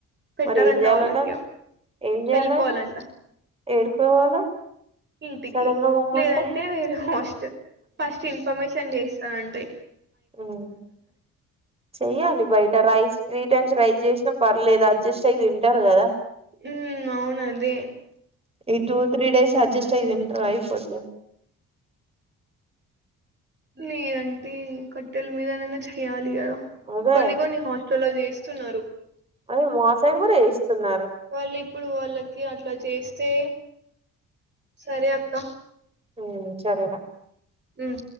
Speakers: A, on the right (about 35°); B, on the right (about 20°).
A: పెట్టారంట
B: మరి ఏం చేయాలట
A: వాళ్ళకి
B: ఏం చేయాలా
A: వెళ్ళిపోవాలంట
B: ఏడుకోవాలా
A: ఇంటికి
B: సడన్ గా పొమ్మంటే
A: లేదంటే వేరే హస్టల్ ఫస్ట్ ఇన్ఫర్మేషన్ చేసి టే
B: మ్ చెయ్యాలి బయట రైస్ త్రీ టైమ్స్ రైస్ చేసినా పర్లేదు అది అడ్జస్ట్ అయి తింటారు కదా
A: హ్మ్ అవును అదే
B: ఈ టూ త్రీ డేస్ అడ్జస్ట్ అయి తింటారు అయిపోతే
A: నేను అంట కట్టెల మీద చేయాలి కద
B: అదే
A: కొన్ని కొన్ని హస్టెల్లో చేసి స్తున్నారు
B: అ మ సైడ్ కూడా చేస్తున్నారు
A: వాళ్ళు ఇప్పుడు వాళ్ళకి అట్లా చేస్ త సరే అక్క
B: ఉ సరేదా
A: మ్